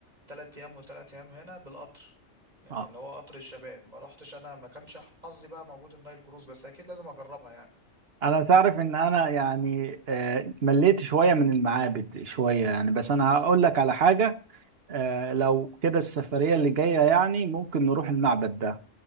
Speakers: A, on the right; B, on the right.
A: تلات أيام وتلات أيام هنا بالقطر يعني
B: اه
A: اللي هو قطر الشباب ما رحتش أنا ما كانش حظي بقى موجود النايل كروز بس أكيد لازم أجربها
B: انا تعرف ان انا يعني آه، مليت شويه من المعابد شويه يعني بس انا هقول لك على حاجه آه،
A: يعني
B: لو كده السفريه اللي جايه يعني ممكن نروح المعبد ده